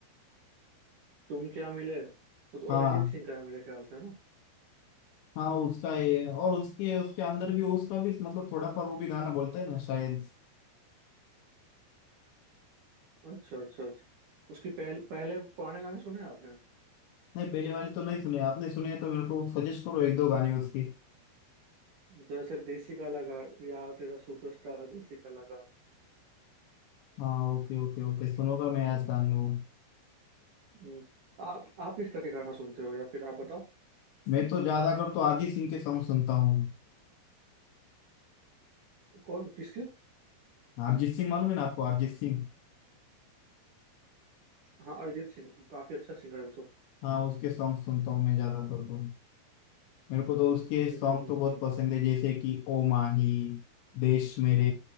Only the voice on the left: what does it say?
हाँ
हाँ उसका है और उसके उसके अंदर भी उसका भी मतलब थोड़ा पर वो भी गाना बोलता है ना शायद
नहीं पहले वाले तो नहीं सुने आपने सुने हैं तो मेरे को सजेस्ट करो एक दो गाने उसके
हाँ ओके ओके ओके सुनूंगा मैं आज गाने वो
मैं तो ज्यादा कर तो अरिजीत सिंह के सॉन्ग सुनता हूँ
अरिजीत सिंह मालूम है ना आपको अरिजीत सिंह
हाँ उसके सॉन्ग सुनता हूँ मैं ज्यादा कर तो मेरे को तो उसके
सॉन्ग
तो बहुत
पसंद है जैसे कि ओ माही देश मेरे